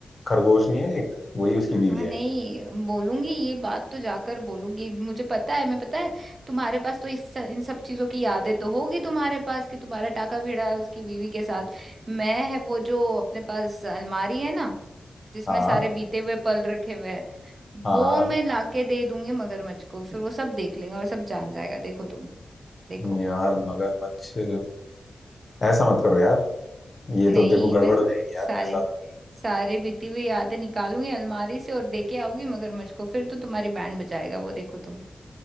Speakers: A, on the left; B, on the right.
A: खरगोश नहीं है एक वही उसकी बीवी
B: हाँ
A: है
B: नहीं बोलूंगी ये बात तो जाकर बोलूंगी मुझे पता है मैं पता है तुम्हारे पास तो इस इन सब चीजों की यादें तो होगी तुम्हारे पास कि तुम्हारा टाका भिड़ा है उसकी बीवी के साथ मैं है वो जो अपने पास अलमारी है ना जिसमें
A: हाँ
B: सारे बीते हुए पल रखे हुए हैं
A: हाँ
B: वो मैं लाके दे दूंगी मगरमच्छ को फिर वो सब देख लेंगे और सब जान जाएगा देखो तुम देखो
A: यार मगरमच्छ ऐसा मत करो यार ये
B: नहीं
A: तो देखो गड़बड़
B: मैं
A: हो जाएगी यार
B: सारे
A: मेरे साथ
B: सारे बीती हुई यादें निकालूंगी अलमारी से और देके आऊंगी मगरमच्छ को फिर तो तुम्हारी बैंड बजाएगा वो देखो तुम